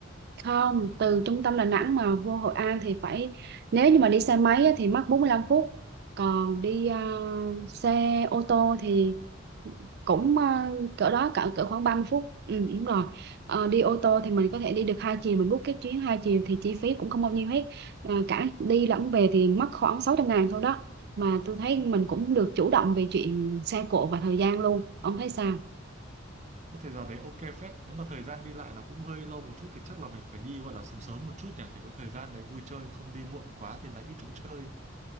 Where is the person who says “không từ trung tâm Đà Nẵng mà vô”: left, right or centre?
Right